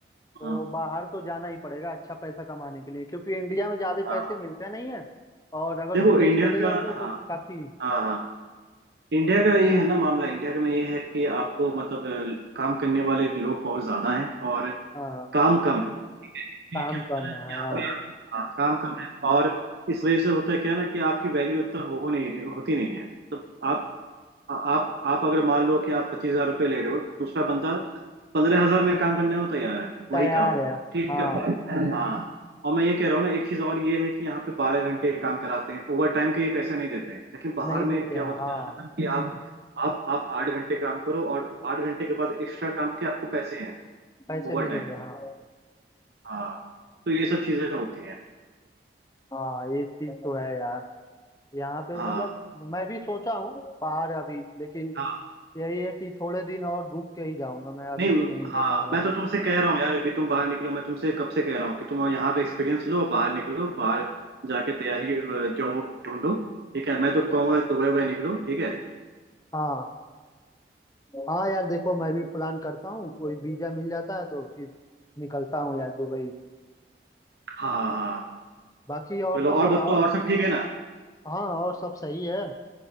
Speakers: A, on the left; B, on the right.
A: तो
B: हाँ
A: बाहर तो जाना ही पड़ेगा अच्छा पैसा कमाने के लिए क्योंकि इंडिया में ज्यादा
B: हाँ
A: पैसे मिलते नहीं है और अगर
B: देखो
A: विदेश
B: इंडिया
A: चले जाओगे
B: का
A: तो
B: हाँ
A: काफी
B: हाँ हाँ इंडिया का ये है ना मामला इंडिया का में ये है कि आपको मतलब अ, काम करने वाले लोग बहुत ज्यादा हैं और
A: हाँ
B: काम कम है इसलिए
A: काम
B: क्या होता
A: कम
B: है
A: है
B: ना कि
A: हाँ
B: यहाँ पे हाँ, काम कम है और इस वजह से होता है क्या है ना कि आपकी वैल्यू उतना हो नहीं रही होती नहीं है तो आप आप आप अगर मान लो कि आप पच्चीस हजार रुपये ले रहे हो दूसरा बंदा पंद्रह हजार में काम करने को तैयार है
A: तैयार
B: वही काम
A: है
B: ठीक
A: हाँ
B: है हाँ और मैं ये कह रहा हूँ ना एक चीज और ये है कि यहाँ पे बारह घंटे काम कराते हैं ओवर टाइम के ये पैसे नहीं देते लेकिन बाहर
A: नहीं देते
B: में क्या
A: हैं
B: होता
A: हाँ
B: है ना कि आप आप आप आठ घंटे काम करो और आठ घंटे के बाद एक्स्ट्रा काम के आपको पैसे हैं
A: पैसे
B: ओवर
A: मिलेंगे
B: टाइम
A: हाँ
B: के हाँ तो ये सब चीजें होती हैं
A: हाँ ये चीज तो है यार यहाँ पे
B: हाँ
A: मतलब मैं भी सोचा हूँ बाहर अभी लेकिन
B: हाँ
A: यही है कि थोड़े दिन और रुक के ही जाऊंगा मैं अभी
B: नहीं
A: तो नहीं जाने
B: हाँ
A: वाला
B: मैं
A: हूँ
B: तो तुमसे कह रहा हूँ यार कि तुम बाहर निकलो मैं तुमसे कब से कह रहा हूँ कि तुम यहाँ पे एक्सपीरियंस लो बाहर निकलो बाहर जाके तैयारी जॉब ढूंढो ठीक है मैं तो कहूँगा दुबई वुबई निकलो ठीक है
A: हाँ हाँ यार देखो मैं भी प्लान करता हूँ कोई वीजा मिल जाता है तो फिर निकलता हूँ यार दुबई
B: हाँ हाँ
A: बाकी और
B: चलो
A: सब बताओ
B: और बताओ और सब ठीक है ना
A: हाँ और सब सही है